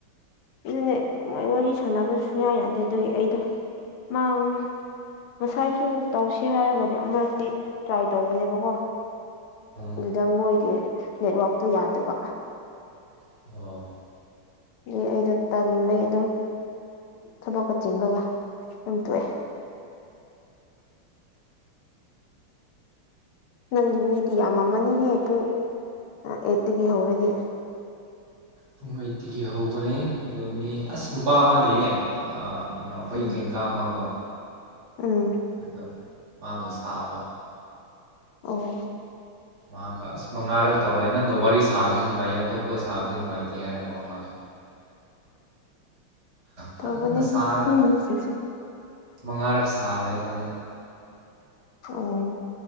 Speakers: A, on the left (about 80°); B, on the right (about 60°).
A: ꯑꯗꯨꯅꯦ ꯃꯣꯏ ꯋꯥꯔꯤ ꯁꯥꯟꯅꯕ ꯁꯨꯡꯌꯥ ꯌꯥꯗꯦ ꯑꯗꯨꯒꯤ ꯑꯩꯗꯣ ꯃꯥꯡ ꯉꯁꯥꯏꯁꯨ ꯇꯧꯁꯦ ꯍꯥꯏꯔꯒꯗꯤ ꯑꯃꯔꯛꯇꯤ ꯇ꯭ꯔꯥꯏ ꯇꯧꯕꯅꯦꯕꯀꯣ
B: ꯎꯝ
A: ꯑꯗꯨꯗ ꯃꯣꯏꯒꯤ ꯅꯦꯠꯋꯥꯛꯇꯨ ꯌꯥꯗꯕ
B: <unintelligible>
A: ꯑꯗꯩ ꯑꯩꯗꯣ ꯇꯟꯕꯒꯤ ꯑꯗꯨꯝ ꯊꯕꯛꯀ ꯆꯤꯟꯕꯒ ꯑꯗꯨꯝ ꯇꯣꯛꯑꯦ <inaudible> ꯅꯪꯗꯤ ꯃꯤꯗꯤ ꯌꯥꯝꯃꯝꯃꯅꯤꯍꯦ ꯄꯨꯡ ꯑꯩꯠꯇꯒꯤ ꯍꯧꯔꯗꯤ
B: ꯄꯨꯡ ꯑꯩꯠꯇꯒꯤ ꯍꯧꯕꯅꯦ ꯑꯗꯣ ꯃꯤ ꯑꯁ ꯅꯨꯄꯥ ꯑꯃ ꯂꯩꯌꯦ ꯑꯥ ꯀꯩꯅꯣ ꯑꯩꯈꯣꯏꯒꯤ
A: ꯎꯝ
B: ꯂꯦꯡꯀꯥ ꯑꯃꯀꯣ
A: ꯎꯝ
B: ꯑꯗꯣ ꯃꯥꯒ ꯁꯥꯕ
A: ꯑꯣ
B: ꯃꯥꯒ ꯑꯁ ꯃꯉꯥꯔꯛ ꯇꯧꯔꯦ ꯅꯪꯒ ꯋꯥꯔꯤ ꯁꯥꯕꯁꯨ ꯅꯨꯡꯉꯥꯏꯌꯦ ꯑꯇꯣꯞꯄꯒ ꯁꯥꯕꯗꯤ ꯅꯨꯡꯉꯥꯏꯇꯦ ꯍꯥꯏꯔꯒꯀꯣ ꯃꯥꯁꯨ
A: ꯇꯧꯕꯅꯦ
B: ꯐꯖꯅ ꯁꯥꯔꯦ
A: ꯃꯤꯁꯤꯡꯁꯦ
B: ꯃꯉꯥꯔꯛ ꯁꯥꯔꯦ ꯏꯕꯥꯟꯅꯤ
A: ꯎꯝ